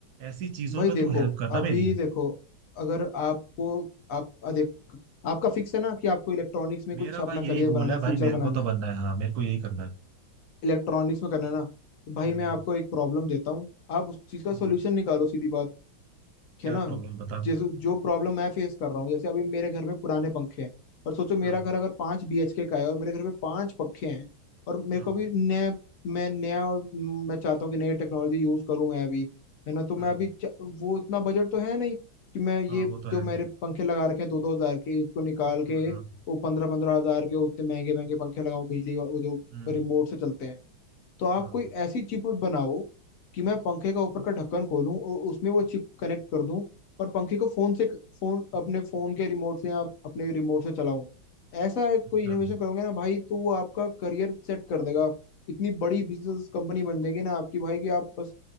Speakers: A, on the right; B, on the left.
A: ऐसी चीजों
B: भाई
A: में
B: देखो
A: तू हेल्प करना
B: अभी
A: मेरी
B: देखो अगर आपको आप आ, देख आपका फिक्स है ना कि आपको इलेक्ट्रॉनिक्स में कुछ
A: मेरा
B: अपना
A: भाई यही
B: करियर
A: गोल
B: बनाना
A: है
B: है फ्यूचर
A: भाई मेरे
B: बनाना
A: को तो
B: है
A: बनना है हाँ मेरे को यही करना है
B: इलेक्ट्रॉनिक्स में करना है ना तो भाई
A: हम्म
B: मैं आपको एक प्रॉब्लम देता हूँ आप उस चीज का
A: हम्म,
B: सोल्यूशन निकालो सीधी बात कि
A: क्या
B: है ना
A: प्रॉब्लम बता
B: जैसे जो प्रॉब्लम मैं फेस कर रहा हूँ जैसे अभी मेरे घर में पुराने पंखे हैं और सोचो मेरा
A: हाँ
B: घर अगर पांच बीएचके का है और मेरे घर में पांच पंखे हैं और मेरे
A: हाँ
B: को भी नए मैं नया और मैं चाहता हूँ कि नई टेक्नोलॉजी यूज करूँ मैं अभी है ना तो
A: हाँ
B: मैं अभी च- वो इतना बजट तो है नहीं कि मैं ये
A: हाँ वो तो है
B: जो मेरे पंखे लगा रखे हैं दो दो हजार के इनको निकाल
A: हम्म
B: के
A: हाँ
B: वो पंद्रह पंद्रह हजार के उतने महंगे महंगे पंखे लगाऊं बिजली वा- वो जो
A: हम्म
B: रिमोट से चलते हैं तो आप
A: हाँ
B: कोई ऐसी चिप बनाओ कि मैं पंखे का ऊपर का ढक्कन खोलूं और उसमें वो चिप कनेक्ट कर दूं और पंखे को फोन से फोन अपने फोन के रिमोट से या अपने रिमोट से चलाऊं ऐसा एक
A: अच्छा
B: कोई इनोवेशन करोगे ना भाई तो वो आपका करियर सेट कर देगा इतनी बड़ी बिजनेस कंपनी बन जाएगी ना आपकी भाई कि आप बस